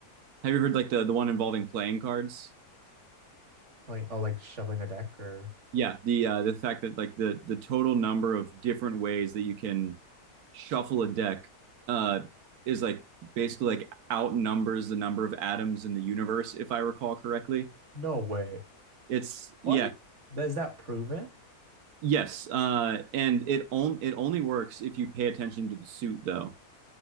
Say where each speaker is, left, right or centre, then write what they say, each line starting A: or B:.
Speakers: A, on the right; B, on the right.
A: have you heard like the the one involving playing cards?
B: Playing, oh, like shuffling a deck or
A: Yeah, the uh, the fact that like the the total number of different ways that you can shuffle a deck uh, is like basically like outnumbers the number of atoms in the universe, if I recall correctly.
B: no way.
A: It's yeah,
B: What? Is that proven?
A: yes, uh, and it on, it only works if you pay attention to the suit though.